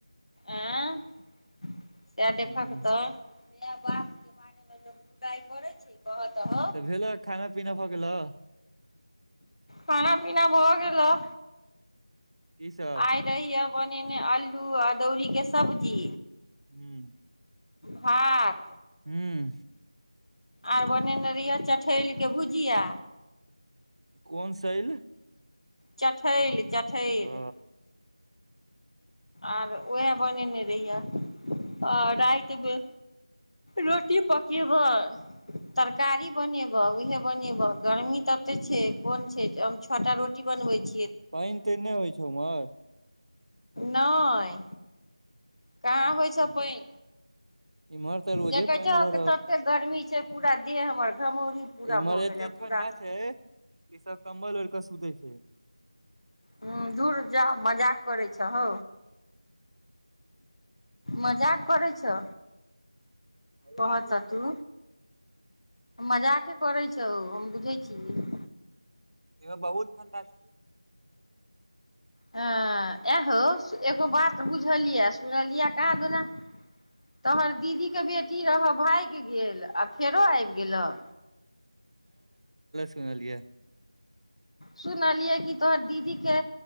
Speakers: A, on the left; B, on the right.
A: आँ सएह
B: हूँ।
A: देखके तऽ। माय बापके बारेमे लोक बुराइ करै छै। कह तह,
B: तऽ भेलऽ खाना पीना भऽ गेलऽ
A: खाना पीना भऽ गेलह।
B: की सब
A: आइ दहिय बनेने आलू अदौरी के सब्जी।
B: ह्म्म
A: भात
B: ह्म्म
A: आर बनैन नरियल चठैरके भुजिया।
B: कोन शैल
A: चठैल। चठइल।
B: ओ
A: आर उएह बनेने रहिये आ रातिमे रोटी पकेबह, तरकारी बनेबह उएह बनेबह गर्मी ततेक छै कोन छै हम छओटा रोटी बनबैत छी।
B: पानि तऽ नहि होइ छै उमर
A: नहि कहाँ होइ छ पि
B: इम्हर तऽ रोजे
A: देखै
B: पानि
A: छ
B: भऽ
A: तते गर्मी छै। पूरा देह हमर घमौरी पूरा
B: इमर
A: भऽ
B: एते
A: गेल
B: ठणडा
A: पूरा
B: छै ई सब कंबल ओढ़ के सुतै छै।
A: ह्म्म दूर जा मजाक करै छ हौ, मजाक करै छ।
B: मजाक
A: पह
B: नहि
A: ततू
B: करै
A: मजाक करैत छौ हम बुझैत छिय।
B: इधर बहुत ठंडा छै।
A: हँ एहो एगो बात बुझल यऽ सुनलियिया कह दना तोहर दीदीे बेटी रहऽ भागि गेल आ फेरो होई गेलह।
B: सुनलिय
A: सुनलियै कि तोहर दीदी के